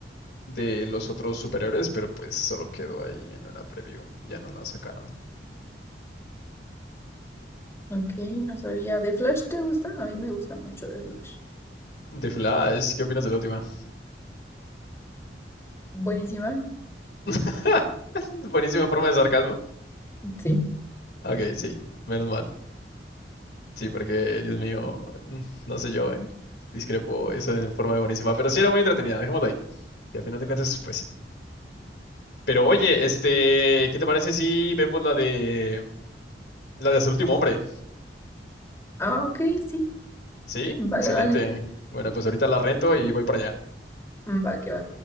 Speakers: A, on the left; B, on the left.
A: de los otros superhéroes, pero pues solo quedó ahí en una preview. Ya no la sacaron.
B: Ok, no sabía. ¿De Flash te gusta? A mí me gusta mucho de Flash.
A: The Flash, ¿qué opinas de la última?
B: Buenísima.
A: <laughs> Buenísima forma de sarcasmo.
B: Sí.
A: Ok, sí, menos mal. Sí, porque, Dios mío, mm, no sé yo, eh. Discrepo eso en forma de buenísima, pero sí era muy entretenida, dejémoslo ahí. Y al final de cuentas, pues sí. Pero oye, este, ¿qué te parece si vemos la de la de Hasta el último hombre?
B: Ah, ok, sí.
A: Sí,
B: Vale,
A: excelente.
B: vale.
A: Bueno, pues ahorita la rento y voy para allá.
B: Va que va.